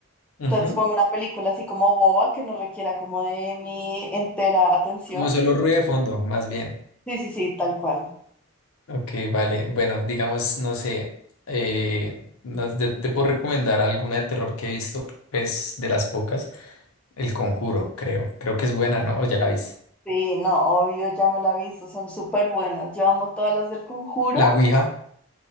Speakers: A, on the left; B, in the centre.
A: ujú,
B: Entonces pongo una película así como boba que no requiera como de mi entera atención.
A: Como solo ruido de fondo, más bien.
B: Sí, sí, sí, tal cual.
A: Ok, vale. Bueno, digamos, no sé, eh, no- yo te puedo recomendar alguna de terror que he visto, pues de las pocas, El Conjuro, creo. Creo que es buena, ¿no? O ya la viste.
B: Sí, no, obvio, ya me la he visto, son súper buenas. Yo amo todas las del Conjuro.
A: La Ouija.